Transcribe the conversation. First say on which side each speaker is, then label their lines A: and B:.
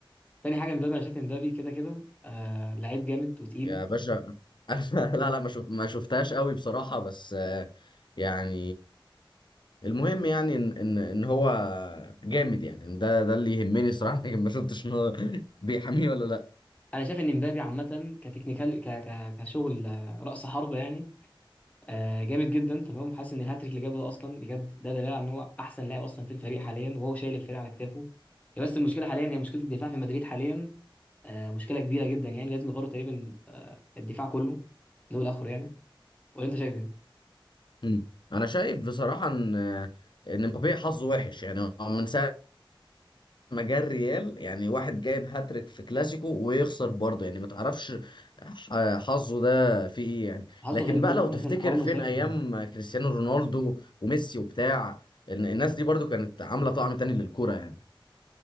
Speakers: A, on the left (about 15°); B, on the left (about 60°).
A: تاني حاجه مبابي انا شايف إن مبابي كده كده آه لعيب جامد وتقيل
B: يا باشا <laughs> أنا لا لا ما شف- ما شفتهاش قوي بصراحة بس آه، يعني المهم يعني ان ان ان هو جامد يعني إن ده ده اللي يهمني صراحة <laughs> لكن ما شفتش ان هو <laughs> بيحميه ولا لا
A: انا شايف ان مبابي عامه كتكنيكال ك ك كشغل آه، راس حربه يعني آه جامد جدا تمام حاسس ان الهاتريك اللي جابه ده اصلا بجد ده دليل على ان هو احسن لاعب اصلا في الفريق حاليا وهو شايل الفريق على كتافه هي بس المشكله حاليا هي مشكله الدفاع في مدريد حاليا آه مشكله كبيره جدا يعني لازم يغيروا تقريبا آه الدفاع كله من اول لاخره يعني ولا انت شايف ايه؟
B: مم. انا شايف بصراحة ان ان امبابي حظه وحش يعني هو من ساعة مجال ريال يعني واحد جايب هاتريك في كلاسيكو ويخسر برضه يعني ما تعرفش ح- حظه ده فيه ايه يعني
A: حظه
B: لكن
A: غريب
B: بقى
A: جدا
B: لو تفتكر
A: آه، اصلا اول
B: فين
A: ما ساب
B: ايام كريستيانو رونالدو وميسي وبتاع إن الناس دي برضه كانت عاملة طعم تاني للكورة يعني